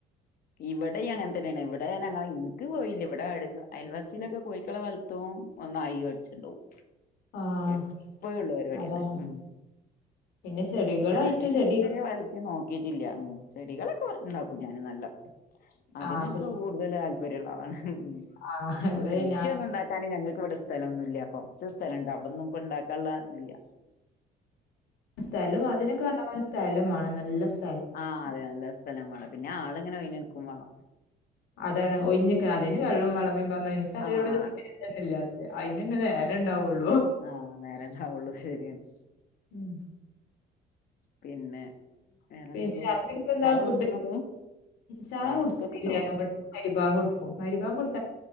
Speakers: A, on the left (about 60°); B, on the left (about 85°).
A: ഇവടിം അങ്ങൻതന്നെയാണ് ഇവ്ടെ ഞാനങ്ങൾ ഇൻക്ക് കോഴില്ല ഇവ്ടെ അ അയൽവാസീലൊക്കെ കോഴിക്കളെ വള്ത്തും അത് നായി കട്ച്ചാെണ്ടോകും
B: ആഹ്
A: എപ്പള്ള പര്പാട്യാണത്
B: അതാണ്
A: ഉം
B: പിന്നെ ചെടികളായിട്ട്
A: ഞാന്
B: ചെടികൾ
A: ഇത് വരെ വള്ർത്തി നോക്കീട്ടില്ല്യ ഉം ചെടികളൊക്കെ വളര്ണ് ണ്ടാവും കുഞ്ഞാന് നല്ലോം അതിനൊക്കെ
B: ആഹ് ശരി
A: കൂട്തൽ ആ പ്പര്ള്ളതാണ് ഹും
B: ആഹ് ഇവിടെ
A: കൃഷിയൊന്നുണ്ടാക്കാന്
B: ഞാൻ
A: ഞങ്ങൾക്ക് ഇവ്ടെ സ്ഥലൊന്നുല്ല്യ കൊർച്ച് സ്ഥലണ്ട് അവ് ടൊന്നും ഇപ്പ ഇണ്ടാക്കാൻള്ള ഇതില്ല.
B: സ്ഥലം അതിനൊക്കെ കണ്ടമാനം സ്ഥലം മാണം നല്ല സ്
A: ആഹ് അതെ അല്ല നല്ല സ് സ്ഥലം വേണം. പിന്നെ ആള് ഇങ്ങനെ ഓയ്ഞ് നിക്കും വേണം.
B: അതാണ് ഒഴിഞ്ഞിക്കണം അതിന് വെള്ളവും വളമയും പ നിനക്കതിനോട്
A: ആഹ്
B: താല്പര്യം
A: അതെ
B: ഇല്ലാത്തത് അതിന്‌ തന്നെ നേ രണ്ടാവുള്ളു
A: ആ നേരം ഉണ്ടാവുള്ളു ശരിയാണ്
B: ഉം.
A: പിന്നെ വേറെന്തൊക്കെയാ
B: പിന്നെ രാത്രിക്കിപ്പോ എന്താ
A: ചായ
B: ഫുഡ്
A: കുടിച്ചോ എന്നിട്ട്
B: ചായ
A: രാത്രിക്കൊക്കെ
B: കുടിച്ചിട്ടില്ല ഇവിടെ മരിബാങ്ക് കൊടുക്കും മരിബാങ്ക് കൊടു